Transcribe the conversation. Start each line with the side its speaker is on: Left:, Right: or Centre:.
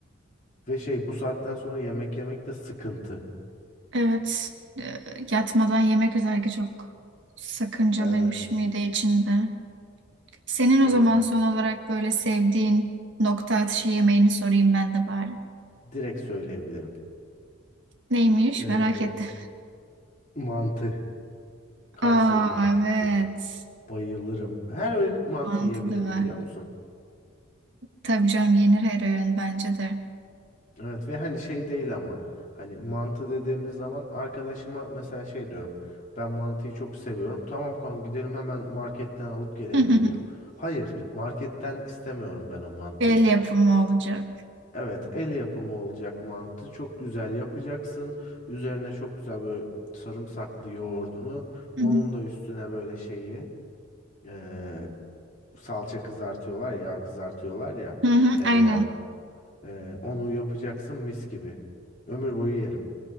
Left: ve şey bu saatten sonra yemek yemek de sıkıntı.
Right: Evet. E, Yatmadan yemek özellikle çok sakıncalıymış
Left: Evet.
Right: mide içinde. Senin o
Left: Evet.
Right: zaman son olarak böyle sevdiğin nokta atışı yemeğini sorayım ben de bari.
Left: Direkt söyleyebilirim.
Right: Neymiş?
Left: Ee,
Right: Merak ettim.
Left: mantı. Kayseri
Right: Aa
Left: mantısı.
Right: evet.
Left: Bayılırım. Her öğün mantı
Right: Mantıklı
Left: yiyebilirim
Right: mı?
Left: biliyor musun?
Right: Tabii canım yenir her öğün bence de.
Left: Evet ve hani şey değil ama hani mantı dediğimiz zaman arkadaşıma mesela şey diyorum. Ben mantıyı çok seviyorum. Tamam kanka gidelim hemen marketten alıp gelelim
Right: <laughs>
Left: diyor. Hayır, marketten istemiyorum ben o mantıyı.
Right: El yapımı olacak.
Left: Evet, el yapımı olacak mantı. Çok güzel yapacaksın. Üzerine çok güzel böyle sarımsaklı yoğurdunu.
Right: Hı
Left: Onun
Right: hı,
Left: da üstüne böyle şeyi eee, salça kızartıyorlar, yağ kızartıyorlar ya
Right: hı hı,
Left: tereyağı.
Right: Aynen.
Left: Eee, onu yapacaksın mis gibi. Ömür boyu yerim.